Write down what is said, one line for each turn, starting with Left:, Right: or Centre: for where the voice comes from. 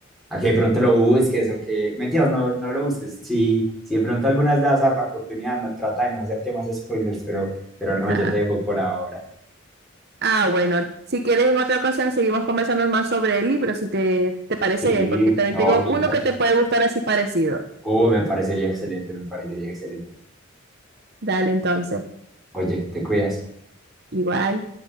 Centre: a que de pronto lo busques o que, mentiras, no, no lo busques. Si, si de pronto alguna vez le vas a dar la oportunidad, no- trata de no hacerte más spoilers, pero, pero no,
Right: <laughs> Ajá.
Centre: yo te dejo por ahora.
Right: Ah, bueno, si quieres en otra ocasión seguimos conversando más sobre el libro, si te, te parece
Centre: Sí,
Right: bien, porque también
Centre: no,
Right: tengo
Centre: a mí
Right: uno
Centre: me parece.
Right: que te puede gustar así parecido.
Centre: Oh, me parecería excelente, me parecería excelente.
Right: Dale entonces.
Centre: Oye, te cuidas.
Right: Igual.